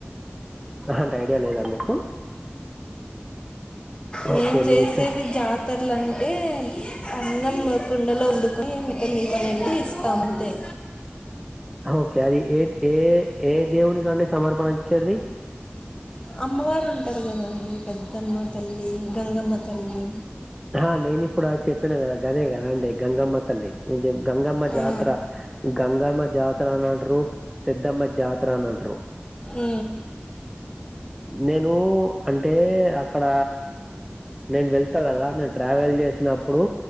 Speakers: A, in the centre; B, on the left (about 25°).
A: అంటే ఐడియా లేదా మీకు
B: నేను
A: ఓకే
B: జెసేది
A: మీ సై-
B: జ తరలు అంటే అన్నం కుండలో ఉడుకొని మిత నీకు ఇస్త అంతే
A: ఓకే అది ఏ ఏ ఏ దేవుని కాండి సమర్పణ ఇచ్చేదిది
B: అమ్మవారు ఉంటారు కదండి పెద్దమ్మ తల్లి గంగమ్మ తల్లి
A: ఆ నేను ఇప్పుడు అ చెప్పిన కదా గదే కదా అండి గంగమ్మ తల్లి నేను గంగమ్మ జాతర
B: ఆ,
A: గంగమ్మ జాతర అని అంటరు పెద్దమ్మ జాతర అని అంటారు
B: ఉ
A: నేను అంటే అక్కడ నేను వెళ్తా కదా నేను ట్రావెల్ చేసినప్పుడు